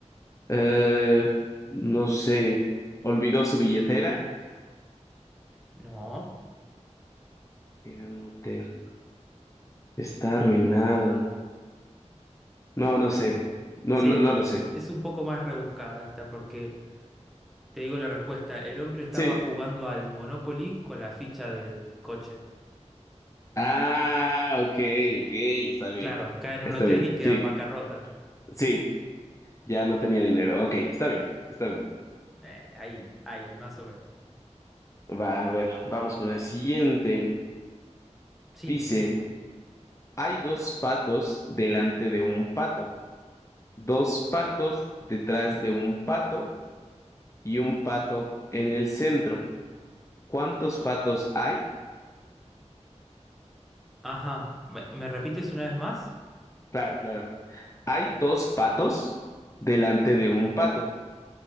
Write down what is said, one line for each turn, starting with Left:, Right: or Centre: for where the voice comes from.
Left: Eh, no sé. Olvidó su billetera.
Centre: No.
Left: Llega a un hotel. Está arruinado. No, no sé. No,
Centre: Sí,
Left: no, no lo sé.
Centre: es un poco más rebuscada esta porque te digo la respuesta. El hombre estaba
Left: Sí.
Centre: jugando al Monopoly con la ficha del coche.
Left: Ah, ok, ok. Está bien.
Centre: Claro, cae en
Left: Está
Centre: un hotel
Left: bien.
Centre: y queda
Left: Sí,
Centre: en bancarrota.
Left: sí. Ya no tenía dinero. Ok, está bien. Está bien.
Centre: Eh, ahí, ahí, más o menos.
Left: Va, a ver. Vamos con la siguiente.
Centre: Sí,
Left: Dice.
Centre: dime.
Left: Hay dos patos delante de un pato, dos patos detrás de un pato y un pato en el centro. ¿Cuántos patos hay?
Centre: Ajá, ¿me, me repites una vez más?
Left: Claro, claro. Hay dos patos delante de un pato,